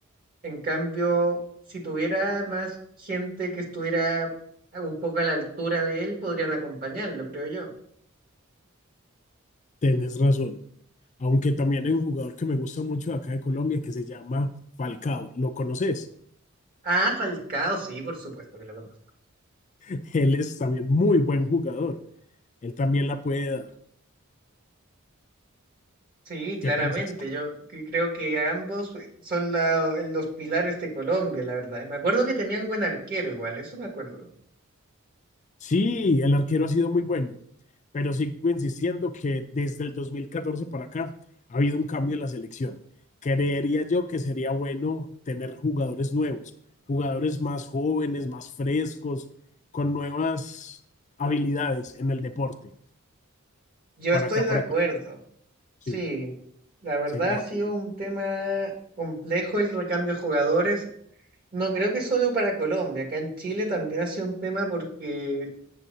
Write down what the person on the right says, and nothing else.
En cambio, si tuviera más gente que estuviera un poco a la altura de él, podrían acompañarlo, creo yo.
Ah, Falcao, sí, por supuesto que lo conozco.
Sí, claramente.
Yo que- creo que ambos eh, son la- los pilares de Colombia, la verdad. Y me acuerdo que tenían buen arquero igual, eso me acuerdo.
Yo
estoy
de
acuerdo.
Sí, la verdad
ha sido
un tema complejo el recambio de jugadores. No creo que solo para Colombia, acá en Chile también ha sido un tema porque,